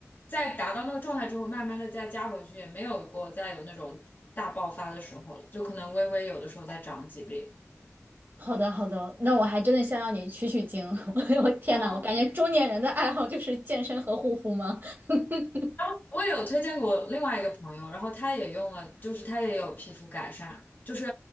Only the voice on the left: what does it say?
在达到那个状态之后，慢慢的再加回去，也没有过再有那种大爆发的时候了，就可能微微有的时候再长几粒。
嗯
然后我也有推荐给我另外一个朋友，然后他也用了，就是他也有皮肤改善，就是